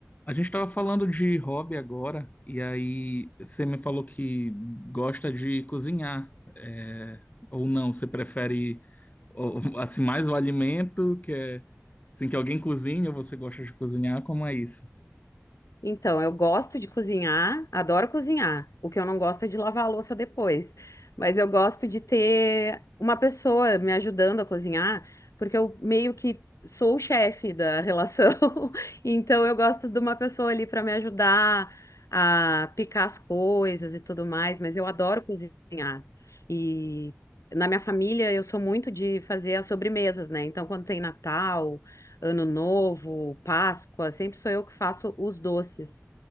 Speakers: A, on the left; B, on the left.
A: A gente estava falando de hobby agora, e aí você me falou que gosta de cozinhar, é, ou não, você prefere ou- assim mais o alimento, que é assim que alguém cozinha, ou você gosta de cozinhar, como é isso?
B: Então, eu gosto de cozinhar, adoro cozinhar. O que eu não gosto é de lavar a louça depois. Mas eu gosto de ter uma pessoa me ajudando a cozinhar, porque eu meio que sou o chefe da relação. <laughs> Então, eu gosto de uma pessoa ali para me ajudar a picar as coisas e tudo mais. Mas eu adoro cozinhar. E na minha família, eu sou muito de fazer as sobremesas, né? Então, quando tem Natal. Ano Novo, Páscoa, sempre sou eu que faço os doces.